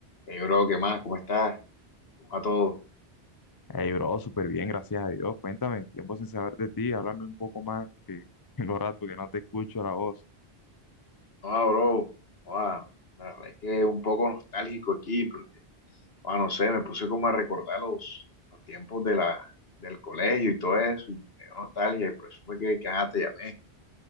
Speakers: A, on the left (about 65°); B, on the left (about 25°).
A: Hey, bro, ¿qué más? ¿Cómo estás? ¿Cómo va todo?
B: Hey, bro, súper bien, gracias a Dios. Cuéntame, tiempo sin saber de ti, háblame un poco más, que <laughs> tengo rato que no te escucho la voz.
A: No, bro, joda, la verdad es que un poco nostálgico aquí, porque, joda, no sé, me puse como a recordar los, los tiempos de la, del colegio y todo eso, y me dio nostalgia, y por eso fue que, que ajá, te llamé.